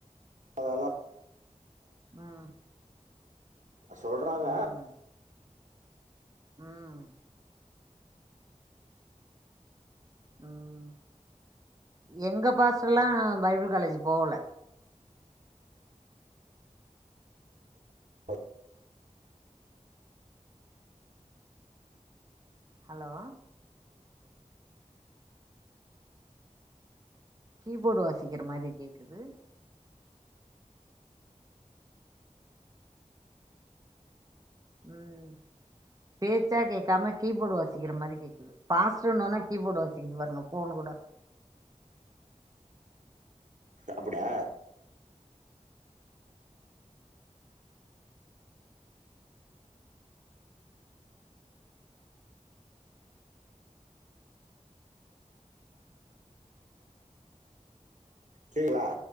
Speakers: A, on the right; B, on the right.
A: அதாலாம்
B: ம்
A: சொல்றாங்க
B: ம் ம் ம் எங்க பாசலாம் பைபிள் காலேஜ் போவல
A: ஆ
B: ஹலோ கீபோடு வாசிக்கிற மாரி கேக்குது ம் பேச்சா கேக்காம கீபோடு வாசிக்கிற மாரி கேக்குது பாஸ்டுன்னு ஒன்னே கீபோர்டு வாசிக்குது பாருங்க போனு கூட
A: அப்டா சரிங்களா